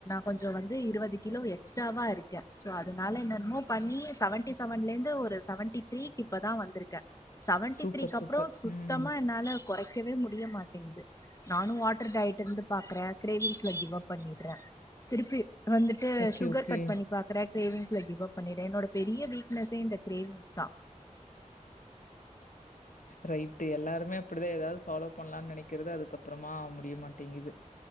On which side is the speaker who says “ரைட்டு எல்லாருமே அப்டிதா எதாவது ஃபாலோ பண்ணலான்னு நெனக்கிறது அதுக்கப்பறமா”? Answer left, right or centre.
Left